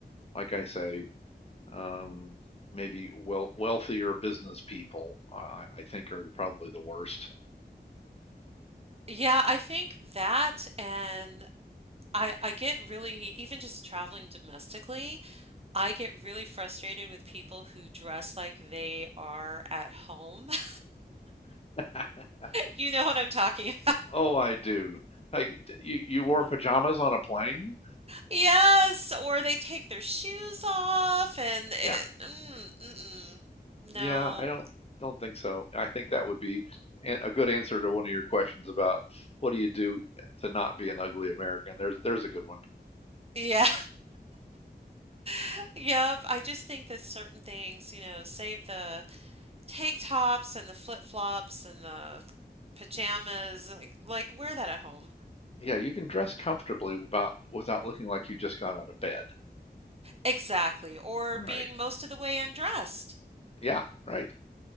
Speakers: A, on the left; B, on the right.
A: like I say, um, maybe well wealthier business people. I, I think are the, probably the worst.
B: Yeah, I think that and I I get really even just traveling domestically, I get really frustrated with people who dress like they are at home. <laughs>
A: <laughs>
B: You know what I'm talking
A: Oh, I do. Hey, d- you, you wore pajamas on a plane?
B: Yes, or they take their shoes off and it,
A: Yeah,
B: mm, mm-mm.
A: yeah.
B: No.
A: I don't don't think so. I think that would be a a good answer to one of your questions about what do you do to not be an ugly American. There's there's a good one.
B: Yeah, <laughs> yep. I just think that certain things, you know, save the tank tops and the flip-flops and the pajamas, like, like wear that at home.
A: Yeah, you can dress comfortably about without looking like you just got out of bed.
B: Exactly. Or
A: Right.
B: being most of the way undressed.
A: Yeah, right.